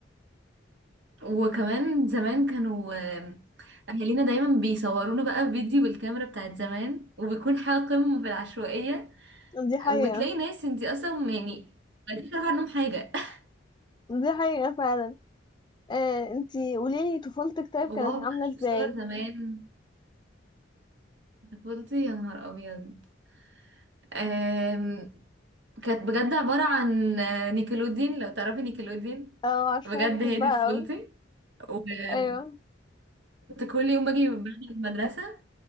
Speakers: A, on the right (about 65°); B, on the left (about 25°).
A: وكمان زمان كانوا آه، اهالينا دايما بيصورونا بقى فيديو بالكاميرا بتاعت زمان وبيكون حاجة قمة في العشوائية
B: دي حقيقة
A: وبتلاقي ناس انتي اصلا يعني ما فاكرة عنهم حاجة <laughs>
B: دي حقيقة فعلا آه، انتي قوليلي طفولتك طيب
A: وبقعد
B: كانت عاملة
A: بقى اشوف
B: ازاي
A: صور زمان طفولتي يا نهار ابيض آم، كانت بجد عبارة عن آه، نيكلوديان لو تعرفي نيكلوديان
B: اه عشان
A: بجد
B: أنا بحبها
A: هي دي طفولتي
B: اوي
A: وكنت
B: ايوه
A: كل يوم باجي بعد المدرسة